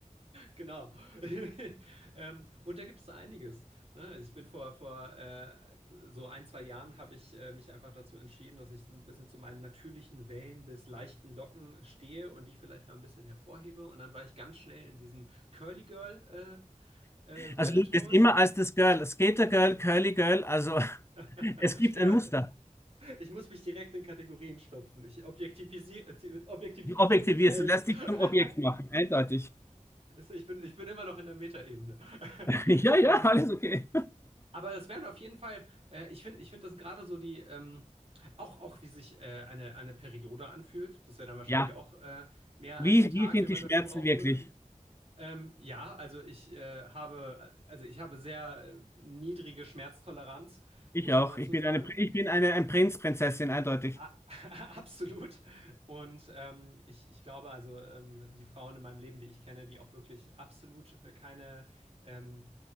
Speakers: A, on the right; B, on the left.
A: Genau. <laughs> Ähm, und da gibt es einiges. Ne? Also ich bin vor, vor äh, so ein, zwei Jahren habe ich äh, mich einfach dazu entschieden, dass ich ein bisschen zu meinen natürlichen Wellen bis leichten Locken stehe und die vielleicht mal ein bisschen hervorhebe. Und dann war ich ganz schnell in diesem Curly Girl äh, äh, Rabbit
B: Also du bist
A: Hole.
B: immer als das Girl, Skater-Girl, Curly-Girl, also <laughs>
A: <laughs>
B: es gibt
A: Genau.
B: ein Muster.
A: Ich muss mich direkt in Kategorien stopfen. Ich objektivisiere, äh, objektifiziere
B: Du objektivierst,
A: mich selbst.
B: du lässt dich zum Objekt
A: <laughs>
B: machen, eindeutig. <laughs>
A: Ich bin, ich bin immer noch in der Metaebene. <laughs>
B: Ja,
A: Ähm,
B: ja, alles okay.
A: Aber das wären auf jeden Fall, äh, ich finde, ich finde, das sind gerade so die, ähm, auch, auch wie sich äh, eine, eine Periode anfühlt. Das wäre dann wahrscheinlich
B: <laughs> Ja.
A: auch äh, mehr
B: Wie,
A: als ein Tag,
B: wie sind
A: den man
B: die Schmerzen
A: dafür brauchen
B: wirklich?
A: würde. Ähm, ja, also ich äh, habe, also ich habe sehr äh, niedrige Schmerztoleranz,
B: Ich
A: muss
B: auch.
A: man dazu
B: Ich bin
A: sagen.
B: eine, Pr- ich bin eine, ein Prinz, Prinzessin, eindeutig.
A: A- <laughs> Absolut. Und ähm, ich, ich glaube, also ähm, die Frauen in meinem Leben, die ich kenne, die auch wirklich absolut äh, keine ähm,